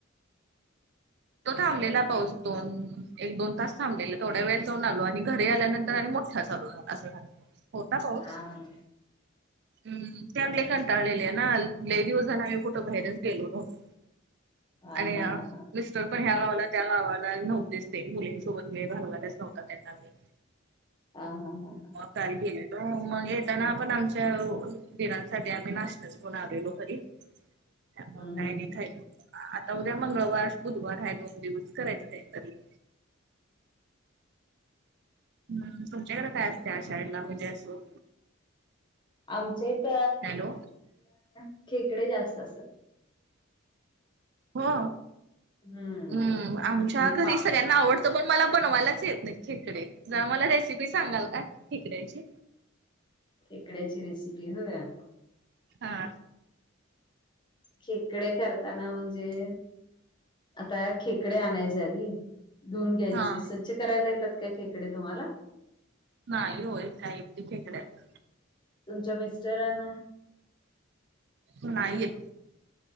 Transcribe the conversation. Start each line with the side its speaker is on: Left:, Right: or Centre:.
Left: <inaudible>
Right: तो थांबलेला पाऊस दोन, एक दोन, तास थांबलेला तेवड्या वेळ जाऊन आलो आणि घरी आल्यानंतर आणि मोठाच चालू झाला, असं झाल होता पाऊस.
Left: हा हा
Right: हम चागले कंटाळलेले हे ना लय दिवस झाल आम्ही कुठं बाहेरच गेलो नव्हतो.
Left: हा
Right: आणि
Left: हा
Right: आ
Left: हा
Right: मिस्टर. पण ह्या गावाला त्या गावाला नव्हतेच ते मुलींसोबत वेळ घालवायलाचं नव्हता त्यांना वे
Left: आ हा हा हां!
Right: काल गेलेलो मग येताना आपण, आमच्या दीरांसाठी आम्ही नाश्ताच पण आलेलो घरी.
Left: <inaudible>
Right: त्यामुळे काही
Left: हम्म
Right: नाही खायच, आता उद्या मंगळवार, बुधवार हाय दोन दिवस करायचं काहीतरी. हूं तुमच्याकड काय असते आषाढला म्हणजे असं?
Left: आमच्या इथ
Right: हॅलो
Left: <inaudible> खेकडे जास्त असतात.
Right: हो
Left: हम्म
Right: हूं आमच्या
Left: म्हणजे
Right: घरी
Left: पावसात
Right: सगळ्यांना आवड त पण मला बनवायलाच येत नाही खेकडे जरा मला रेसिपी सांगाल का खेकड्याची?
Left: खेकड्याची रेसिपी हो्य.
Right: हा.
Left: खेकडे करताना म्हणजे आता खेकडे आणायचे आधी. धुऊन घ्यायचे
Right: हा
Left: स्वच्छ करायला येतात का खेकडे तुम्हाला.
Right: नाही हो साहित्य खेकड्याचे.
Left: तुमच्या मिस्टरांना.
Right: नाही येत.